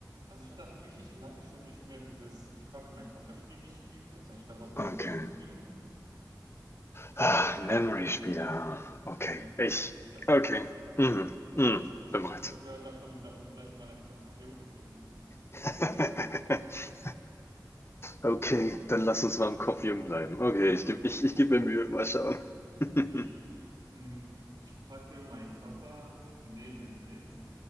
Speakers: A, on the right (about 80°); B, on the left (about 35°).
A: Also ich hatte halt richtig lange schon nicht mehr dieses Ich packe meinen Kofferspiel gespielt. Hättest du eigentlich keinen Bock mal
B: Okay.
A: mit mir zu spielen?
B: Ah, memory spieler Okay.
A: Ja,
B: Ich.
A: ich habe
B: Okay. Mhm. Mhm.
A: ich hab, ich
B: Bin
A: hab,
B: bereit.
A: ich hab gehört, davon, davon bleibt mal dein Kopf noch jung, deswegen
B: <laughs>
A: warum nicht?
B: Okay, dann lass uns mal im Kopf jung bleiben. Okay, ich gebe ich, ich geb mir Mühe. Mal schauen. <laughs>
A: Okay. Hm, Ich packe meinen Koffer und nehme mit